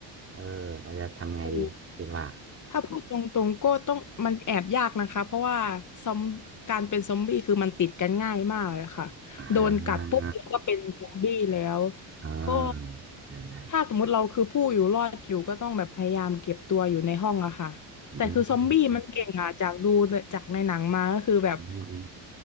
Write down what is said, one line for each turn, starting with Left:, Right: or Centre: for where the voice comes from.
Right: เออเราจะทำไงดีคิดว่า
Left: โอ้ถ้าพูดตรงๆก็ต้องมันแอบยากนะคะเพราะว่าซอมการเป็นซอมบี้คือมันติดกันง่ายมากเลยค่ะโดนกัดปุ๊บแล้วก็เป็นซอมบี้แล้ว
Right: อ่าอ่าได้ได้
Left: ก็ถ้าสมมุติเราคือผู้อยู่รอดอยู่ก็ต้องแบบพยายามเก็บตัวอยู่ในห้องอะค่ะแต่คือซอมบี้มันเก่งอะจากดูจากในหนังมาก็คือแบบ
Right: อืมอืม